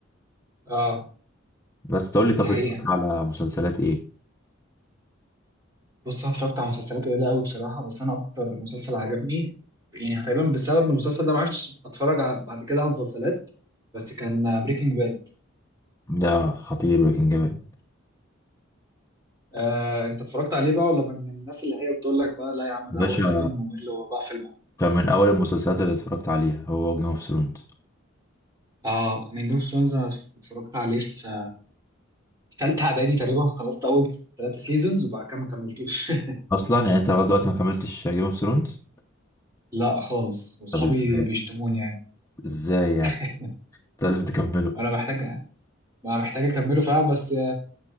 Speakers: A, on the right; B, on the left.
A: اه
B: بس تقول لي
A: دي
B: طب
A: حقيقة
B: بتتفرج على مسلسلات ايه
A: بص انا اتفرجت على مسلسلات قليلة قوي بصراحة بس انا اكتر مسلسل عجبني يعني تقريبا بسبب ان المسلسل ده ما عرفتش اتفرج على بعد كده على مسلسلات بس كان بريكنج باد
B: ده خطير بريكنج باد
A: آه، انت اتفرجت عليه بقى ولا من الناس اللي هي بتقول لك بقى لا يا عم
B: باشا
A: ده اول سيزون ممل وبقفل بقى
B: كان من اول المسلسلات اللي اتفرجت عليها هو جيم اوف ثرونز
A: اه انا جيم اوف ثرونز انا اتفرجت عليه في في تالتة اعدادي تقريبا خلصت اول ثلاثة سيزونز وبعد كده ما كملتوش
B: اصلا يعني انت لغايه دلوقتي ما كملتش جيم اوف ثرونز
A: <laughs> لا خالص واصحابي
B: طب ازاي
A: بيشتموني يعني
B: ازاي يعني
A: <laughs>
B: انت لازم تكمله
A: وانا محتاج ما محتاج اكمله فعلا بس